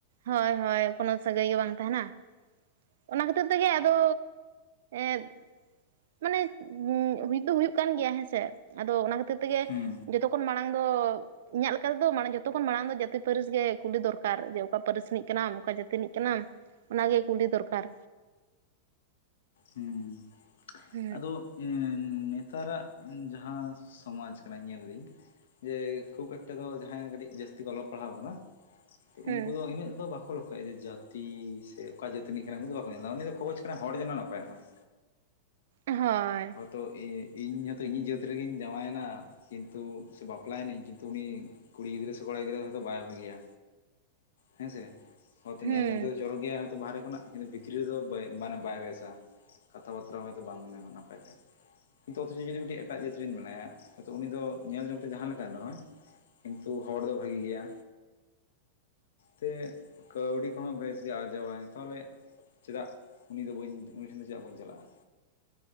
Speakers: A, on the right; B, on the left.
A: ᱦᱚᱭ ᱦᱚᱭ ᱠᱳᱱᱳ ᱥᱟᱹᱜᱟᱹᱭ ᱜᱮ ᱵᱟᱝ ᱛᱟᱦᱮᱱᱟ ᱚᱱᱟ ᱠᱷᱟᱹᱛᱤᱨ ᱛᱮᱜᱮ ᱟᱫᱚ ᱮᱸᱫ ᱢᱟᱱᱮ ᱦᱩᱭ ᱫᱚ ᱦᱩᱭᱩᱜ ᱠᱟᱱ ᱜᱮᱭᱟ ᱦᱮᱸᱥᱮ ᱟᱫᱚ ᱚᱱᱟ ᱠᱷᱟᱹᱛᱤᱨ ᱛᱮᱜᱮ
B: ᱦᱩᱸ
A: ᱡᱚᱛᱚ ᱠᱷᱚᱱᱚᱱ ᱢᱟᱲᱟᱝ ᱫᱚ ᱤᱧᱟᱹᱜ ᱞᱮᱠᱟ ᱛᱮᱫᱚ ᱢᱟᱲᱟᱝ ᱡᱚᱛᱚᱠᱷᱚᱱ ᱠᱷᱚᱱ ᱢᱟᱲᱟᱝ ᱫᱚ ᱡᱟᱹᱛᱤ ᱯᱟᱹᱨᱤᱥ ᱜᱮ ᱠᱩᱞᱤ ᱫᱚᱨᱠᱟᱨ ᱡᱮ ᱚᱠᱟ ᱯᱟᱹᱨᱤᱥ ᱨᱤᱱᱤᱡ ᱠᱟᱱᱟᱢ ᱚᱠᱟ ᱡᱟᱹᱛᱤ ᱨᱤᱱᱤᱡ ᱠᱟᱱᱟᱢ ᱚᱱᱟᱜᱮ ᱠᱩᱞᱤ ᱫᱚᱨᱠᱟᱨ
B: ᱦᱚᱸ
A: ᱦᱩᱸ
B: ᱟᱫᱚ ᱱᱮᱛᱟᱨᱟᱜ ᱡᱟᱦᱟᱸ ᱥᱚᱢᱟᱡ ᱠᱟᱱᱟ ᱧᱮᱞᱫᱟᱹᱧ ᱡᱮ ᱠᱷᱩᱵ ᱮᱠᱴᱟ ᱫᱚ ᱡᱟᱦᱟᱸᱭ ᱠᱟᱹᱴᱤᱡ ᱡᱟᱹᱥᱛᱤ ᱠᱚ ᱚᱞᱚᱜ ᱯᱟᱲᱦᱟᱣ ᱠᱟᱱᱟ
A: ᱦᱩᱸ
B: ᱩᱱᱠᱩ ᱫᱚ ᱤᱱᱟᱹᱜ ᱫᱚ ᱵᱟᱠ ᱠᱚ ᱞᱚᱠᱷᱚᱭᱮᱜᱟ ᱡᱮ ᱡᱟᱛᱤ ᱥᱮ ᱚᱠᱟ ᱡᱟᱹᱛᱤ ᱨᱤᱱᱤᱡ ᱠᱟᱱᱟ ᱩᱱᱠᱩ ᱫᱚ ᱵᱟᱠᱚ ᱧᱮᱞ ᱮᱫᱟ ᱩᱱᱤ ᱫᱚ ᱠᱷᱚᱡ ᱠᱟᱱᱟᱭ ᱦᱚᱲ ᱡᱮᱱᱚ ᱱᱟᱯᱟᱭᱚᱜ ᱢᱟᱭ
A: ᱦᱚᱭ
B: ᱛᱚ ᱤᱧ ᱦᱚᱛᱚ ᱤᱧᱤᱡ ᱡᱟᱹᱛ ᱨᱮᱜᱮᱧ ᱡᱟᱶᱟᱭᱮᱱᱟ ᱠᱤᱱᱛᱩ ᱥᱮ ᱵᱟᱯᱞᱟᱭᱮᱱᱟᱹᱧ ᱠᱤᱱᱛᱩ ᱩᱱᱤ ᱠᱩᱲᱤ ᱜᱤᱫᱽᱨᱟᱹ ᱥᱮ ᱠᱚᱲᱟ ᱜᱤᱫᱽᱨᱟᱹ ᱦᱚᱭᱛᱚ ᱵᱟᱭ ᱵᱷᱟᱹᱜᱤᱭᱟ ᱦᱮᱸᱥᱮ ᱦᱚᱭᱛᱚ
A: ᱦᱩᱸ
B: ᱧᱮᱞ ᱡᱚᱝ ᱛᱮᱫᱚ ᱪᱚᱨᱚᱠ ᱜᱮᱭᱟᱢ ᱡᱚᱛᱚ ᱵᱟᱦᱮᱨᱮ ᱠᱷᱚᱱᱟᱜ ᱠᱤᱱᱛᱩ ᱵᱷᱤᱛᱨᱤ ᱨᱮ ᱫᱚ ᱢᱟᱱᱮ ᱵᱟᱭ ᱵᱮᱥᱟ ᱠᱟᱛᱷᱟ ᱵᱟᱛᱨᱟ ᱦᱚᱭᱛᱚ ᱵᱟᱝ <unintelligible> ᱠᱤᱱᱛᱩ ᱚᱛᱷᱪᱚ ᱡᱩᱫᱤ ᱢᱤᱫᱴᱤᱡ ᱮᱴᱟᱜ ᱡᱟᱹᱛ ᱨᱮᱱ ᱢᱮᱱᱟᱭᱟ ᱩᱱᱤ ᱫᱚ ᱧᱮᱞ ᱡᱚᱝᱛᱮ ᱡᱟᱦᱟᱸ ᱞᱮᱠᱟᱱ ᱨᱮᱦᱚᱸᱭ ᱠᱤᱱᱛᱩ ᱦᱚᱲ ᱫᱚ ᱵᱷᱟᱜᱤ ᱜᱮᱭᱟ ᱛᱮ ᱠᱟᱹᱣᱰᱤ ᱠᱚᱦᱚᱸ ᱵᱮᱥ ᱜᱮ ᱟᱨᱡᱟᱣᱟᱭ ᱛᱟᱦᱚᱞᱮ ᱪᱮᱫᱟᱜ ᱩᱱᱤ ᱫᱚ ᱵᱟᱹᱧ ᱩᱱᱤ ᱴᱷᱮᱱ ᱫᱚ ᱪᱮᱫᱟ ᱵᱟᱹᱧ ᱪᱟᱞᱟᱜᱼᱟ